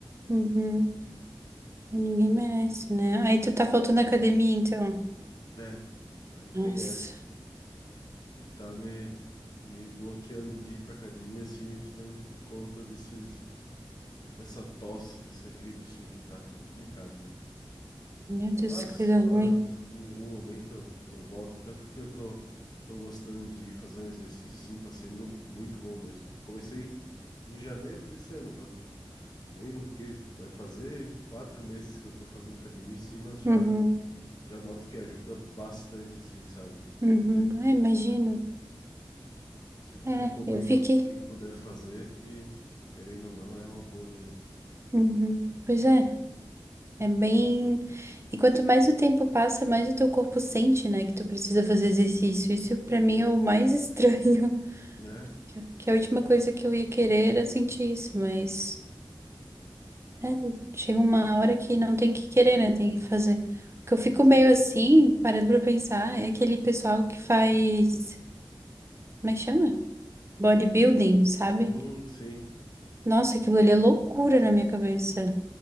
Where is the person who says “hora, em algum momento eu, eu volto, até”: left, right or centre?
Left